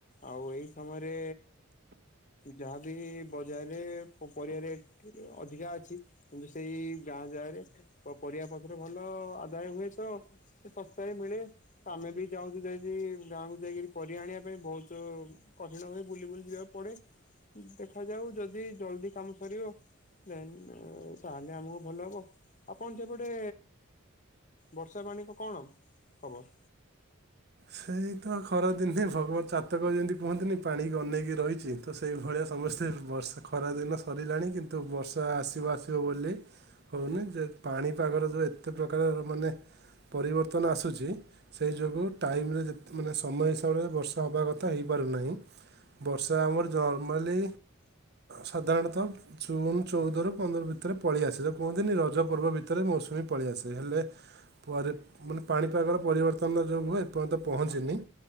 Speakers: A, on the left; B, on the right.
A: ଆଉ ଏଇ ସମୟରେ ଯାହାବି ବଜାରରେ ପରିବା ରେଟ ଅଧିକା ଅଛି। କିନ୍ତୁ ସେଇ ଗାଁ ଯାଁରେ ପରିବା ପତ୍ର ଭଲ ଆଦାୟ ହୁଏ ତ ଶସ୍ତା ବି ମିଳେ। ଆମେ ବି ଯାଉଛୁ ଯାଇି ଗାଁକୁ ଯାଇକିରି ପର ଆଣିବା ପାଇଁ ବହୁତ କଠିନ ହୁଏ ବୁଲି ବୁଲି ଯିବାକୁ। ପଡେ ଦେଖାଯାଉ ଯଦି ଜଲଦି କାମ ସରିବ ଦେନ୍ ତାହେଲେ ଆମକୁ ଭଲ ହବ। ଆପଣ ସେପଟେ ବର୍ଷା ପାଣ କ କଣ ଖବର?
B: ସେଇ ତ ଖରାଦିନ ନହିଁ ଭଗବଦ ଜାତକ ଯେମିତି କୁହନ୍ତିନି ପାଣିକ ଅନେଇକି ରହିଛି। ତ ସେଇଭଳିଆ ସମସ୍ତେ ବର୍ଷା ଖରାଦିନ ସରିଲାଣି କିନ୍ତୁ ବର୍ଷା ଆସିବ ଆସିବ ବୋଲି ହଉନି ଯେ ପାଣିପାଗର ଯେଉ ଏତେ ପ୍ରକାର ମାନେ ପରିବର୍ତ୍ତନ ଆସୁଛି ସେହି ଯୋଗୁଁ ଟାଇମରେ ଯେ ମାନେ ସମୟ ହିସାବରେ ବର୍ଷା ହେବା କଥା ହେଇପାରୁନାହିଁ। ବର୍ଷା ଆମର ନର୍ମାଲି ସାଧାରଣତଃ ଜୁନ ଚଉଦରୁ ପନ୍ଦର ଭିତରେ ପଳେଇଆସେ। ତ କୁହନ୍ତିନି ରଜ ପର୍ବ ଭିତରେ ମୌସୁମୀ ପଳେଇଆସେ। ହେଲେ ମାନେ ପାଣିପାଗର ପରିବର୍ତ୍ତନ ଯେଉଁ ହୁଏ ଏପର୍ଯ୍ୟନ୍ତ ପହଞ୍ଚିନି।